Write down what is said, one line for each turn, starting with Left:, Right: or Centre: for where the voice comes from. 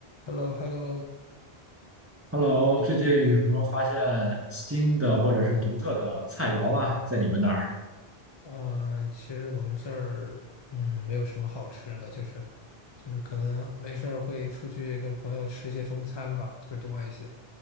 Left: h e l l o h e l l o
Right: Hello，最近有什么发现新的或者是独特的菜肴吗？在你们那儿，
Left: 呃，其实我们这儿嗯没有什么好吃的，就是就是可能没事儿会出去跟朋友吃一些中餐吧，会多一些。